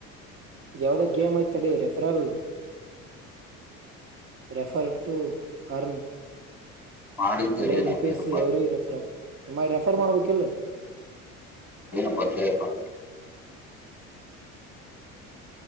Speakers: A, on the right (about 30°); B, in the centre.
A: ಇ ಯಾವ್ದಾಗ ಗೇಮ್ ಆಯ್ತಡ ರೆಫರಲ್ ರೆಫರ್ ಟು ಅರ್ನ್
B: ಮಾಡಿದ್ದಲ್ಲಿ
A: ಹಂಡ್ರೆಡ್
B: ನಮ್ಗೇನು
A: ರುಪೀಸ್
B: ಬಂದ್
A: ಎವ್ರಿ ರೆಫರ್ ನಿಮ್ಮ ರೆಫರ್ ಮಾಡ್ಬೇಕ ಇಲ್
B: ಏನಪ್ಪಾ <unintelligible>